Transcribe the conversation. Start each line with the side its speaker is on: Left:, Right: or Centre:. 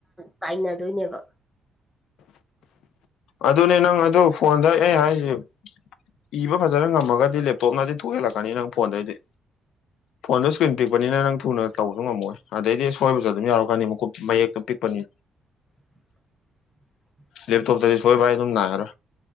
Centre: ꯇꯥꯏꯅꯗꯣꯏꯅꯦꯕ
Left: ꯑꯗꯨꯅꯦ ꯅꯪ ꯑꯗꯨ ꯐꯣꯟꯗ ꯑꯩ ꯍꯥꯏꯁ ꯏꯕ ꯐꯖꯅ ꯉꯝꯃꯒꯗꯤ ꯂꯦꯞꯇꯣꯞꯅꯗꯤ ꯊꯣꯛꯍꯜꯂꯛꯀꯅꯤ ꯅꯪ ꯐꯣꯟꯗꯩꯗꯤ ꯐꯣꯟꯗ ꯏꯁꯀ꯭ꯔꯤꯟ ꯄꯤꯛꯄꯅꯤꯅ ꯅꯪ ꯊꯨꯅ ꯇꯧꯕꯁꯨ ꯉꯝꯃꯣꯏ ꯑꯗꯩꯗꯤ ꯑꯁꯣꯏꯕꯁꯨ ꯑꯗꯨꯝ ꯌꯥꯎꯔꯛꯀꯅꯤ ꯃꯨꯀꯨꯞ ꯃꯌꯦꯛꯇꯣ ꯄꯤꯛ ꯑꯃꯅꯤꯅꯤ
Centre: <inaudible>
Left: ꯂꯦꯞꯇꯣꯞꯇꯗꯤ
Centre: ꯎꯝ ꯃꯊꯥꯁꯨ
Left: ꯁꯣꯏ ꯥꯏ ꯑꯗꯨꯝ ꯅꯥꯏꯔꯥ